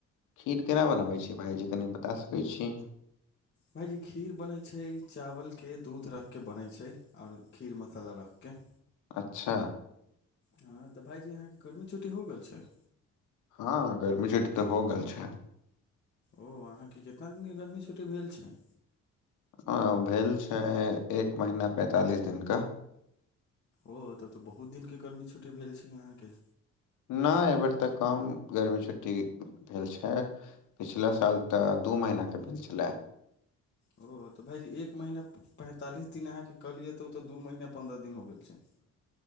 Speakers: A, on the left; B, on the left.
A: खीर केना बनबै छी भाइजी कनि बता सकै छी
B: भायजी खीर बनै छै चावल के दूध रख के बनै छै आओर खीर मसाला रख के
A: अच्छा
B: हँ तऽ भायजी यहाँके गर्मी छुट्टी हो गेल छै
A: हँ गर्मी छुट्टी तऽ हो गेल छै
B: ओ अहाँके कितना दिन के गर्मी छुट्टी भेल छै
A: अ भेल छै एक महीना पैंतालिस दिन का
B: ओ तब तऽ बहुत दिन के गर्मी छुट्टी भेल छै अहाँके
A: नय अयबेर तऽ कम गर्मी छुट्टी भेल छै पिछला साल तऽ दू महिना के भेल छलै
B: ओ तऽ भायजी एक महीना पैंतालिस दिन अहाँके कहलियै तऽ ओ तऽ दू महीना पन्द्रह दिन हो गेल छै